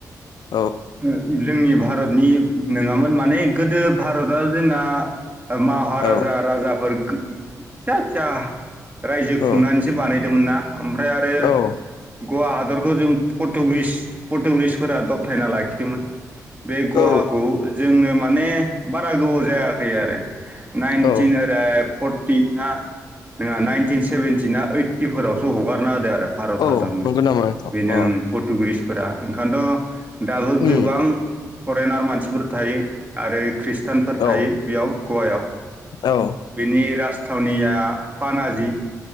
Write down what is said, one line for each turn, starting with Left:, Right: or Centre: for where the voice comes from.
Left: औ
Right: जोंनि भारतनि नङामोन माने गोदो भारतआ जोंना महाराजा
Left: औ
Right: राजाफोर फिसा फिसा रायजो
Left: औ
Right: खुंनानैसो बानाय मफ्राय आरो
Left: औ
Right: गवा हादरखौ जों पर्टुिस टुरिस्टफोरा दबथायना लाखिदोंमोन बे गहााखौ
Left: औ
Right: जोंनो माने बारा गोबाव जायाखै आरो नाइनटिन
Left: औ
Right: ओरै फ टिना नहा नाइनटिन सेभेनटिना ओइटिफोरावसो हगारना होदो आरो भारत
Left: औ
Right: हादरनो
Left: नंगौ नामा नोंथां
Right: बेनो
Left: अ
Right: पर्टुगिस फोर ओंखायथ' दाबो
Left: उम
Right: गोबां फरेनार मानसिफोर थायो आरो खृ थानफोर थायो
Left: औ
Right: बेयाव गवायाव
Left: औ
Right: बिनि राजथावनिया पानाजि